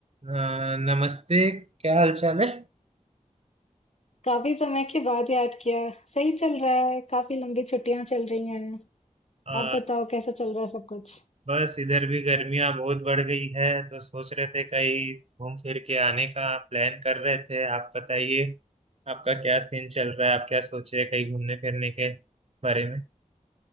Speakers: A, on the right; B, on the left.
A: हाँ, नमस्ते क्या हाल चाल है
B: काफ़ी समय के बाद याद किया। सही चल रहा है। काफ़ी लंबी छुट्टियाँ चल रही हैं।
A: आ,
B: आप बताओ कैसा चल रहा है सब कुछ?
A: बस इधर भी गर्मियां बहुत बढ़ गई है तो सोच रहे थे कहीं घूम फिर के आने का प्लान कर रहे थे आप बताइए आपका क्या सीन चल रहा है आप क्या सोचे कहीं घूमने फिरने के बारे